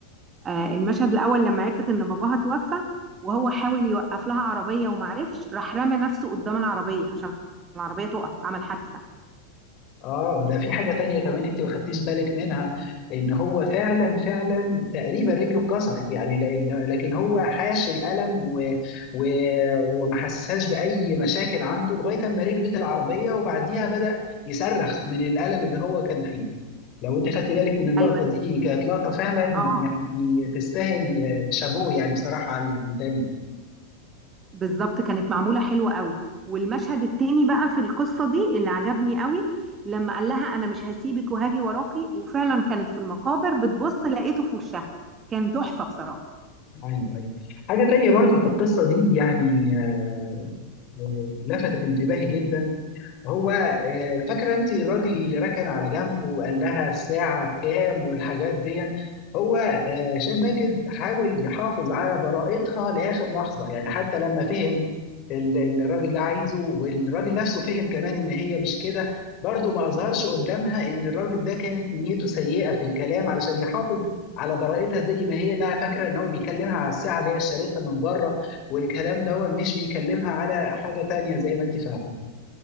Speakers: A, on the right; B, on the left.
A: آه المشهد الاول لما عرفت ان باباها توفى وهو حاول يوقف لها عربيه وما عرفش راح رمى نفسه قدام العربيه عشان العربيه تقف عمل حادثه
B: اه ده في حاجة تانية كمان انت ما خدتيش بالك منها ان هو فعلا فعلا تقريبا رجله اتكسرت يعني لان لكن هو حاش الألم و... و... وما حسهاش بأي مشاكل عنده لغاية اما ركبت العربية وبعديها بدأ يصرخ من الألم اللي هو كان فيه لو انت خدتي بالك من اللقطة
A: ايوه
B: دي كانت لقطة فعلا
A: اه
B: يعني تستاهل شابوه يعني بصراحة على اللي بيتعمل
A: بالظبط كانت معمولة حلوة قوي والمشهد التاني بقى في القصة دي اللي عجبني قوي لما قال لها أنا مش هسيبك وهاجي وراكي وفعلا كانت في المقابر بتبص لقيته في وشها كان تحفة بصراحة
B: ايوه ايوه حاجة تانية برضو في القصة دي يعني آه، آه، لفتت انتباهي جدا هو آه، فاكرة انت الراجل اللي ركن على جنبه وقال لها الساعة بكام والحاجات دي هو آه، هشام ماجد حاول يحافظ على براءتها لآخر لحظة يعني حتى لما فهم ال- اللي الراجل ده عايزه والراجل نفسه فهم كمان ان هي مش كده برضه ما اظهرش قدامها ان الراجل ده كانت نيته سيئة في الكلام علشان يحافظ على براءتها زي ما هي انها فاكره ان هو بيكلمها على الساعه اللي هي اشتريتها من بره والكلام ده مش بيكلمها على حاجه تانية زي ما انت فاهمه